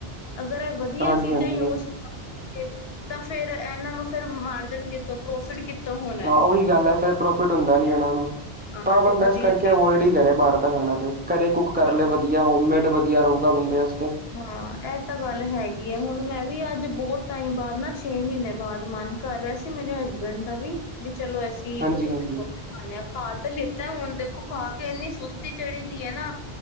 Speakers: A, on the left; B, on the right.
A: ਅਗਰ ਇਹ ਵਧੀਆ
B: ਹਾਂਜੀ
A: ਚੀਜ਼ਾਂ
B: ਹਾਂਜੀ
A: ਯੂਜ
B: ਜੀ
A: ਕਰ ਤੇ ਤਾਂ ਫੇਰ ਇਹਨਾਂ ਨੂੰ ਫੇਰ ਮਾਰਜਨ ਕਿੱਥੋਂ ਪ੍ਰੋਫਿਟ ਕਿੱਥੋਂ ਹੋਣਾ
B: ਹਾਂ ਉਹੀ ਗੱਲ ਹੈ ਫਿਰ ਪ੍ਰੋਫਿਟ ਹੁੰਦਾ ਨੀ ਇਹਨਾਂ ਨੂੰ। ਤਾਂ
A: ਹਾਂ ਜੇ
B: ਬੰਦਾ
A: ਵਧੀਆ
B: ਇਸ ਕਰਕੇ
A: ਚੀਜ਼ਾਂ
B: ਅਵੋਇਡ ਹੀ ਕਰੇ ਬਾਹਰ ਦਾ ਖਾਣਾ ਫੇਰ ਘਰੇ ਕੁੱਕ ਕਰ
A: ਹਾਂ
B: ਲੈ ਵਧੀਆ ਹੋਮੇਡ ਵਧੀਆ ਰਹੇੂਗਾ ਬੰਦੇ ਵਾਸਤੇ।
A: ਹਾਂ ਇਹ ਤਾਂ ਗੱਲ ਹੈਗੀ ਆ ਹੁਣ ਮੈਂ ਵੀ ਅੱਜ ਬਹੁਤ ਟਾਈਮ ਬਾਅਦ ਨਾ ਛੇ ਮਹੀਨੇ ਬਾਅਦ ਮਨ ਕਰ ਰਿਹਾ ਸੀ ਮੇਰੇ ਹਸਬੈਂਡ ਦਾ ਵੀ, ਚਲੋ ਅਸੀਂ
B: ਹਾਂਜੀ
A: ਭਟੂਰੇ
B: ਹਾਂਜੀ
A: -ਛੋਲੇ ਖਾਂਨੇ ਹਾਂ ਖਾ ਤੇ ਲਿੱਤਾ ਹੁਣ ਦੇਖੋ ਖਾ ਕੇ ਇੰਨੀ ਸੁਸਤੀ ਚੜੀ ਦੀ ਹੈ ਨਾ